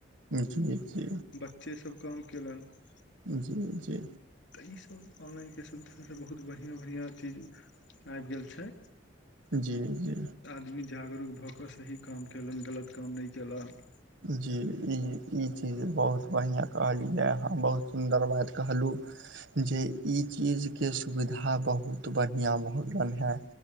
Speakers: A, on the right; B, on the left.
A: जी -जी।
B: बच्चे सभ काम कयलनि।
A: जी- जी।
B: तऽ ई सब ऑनलाइन के सुविधा से बहुत बढ़िया बढ़िया चीज आबि गेल छै।
A: जी - जी।
B: आदमी जागरूक भऽ कऽ सही काम कयलनि गलत काम नहि कयेलनि।
A: जी ई ई चीज बहुत बढ़िआँ कहलियै अाँ बहुत सुन्दर बात कहलहुँ। जे ई चीजके सुविधा बहुत बढ़िआँ भऽ गेलनि हेँ।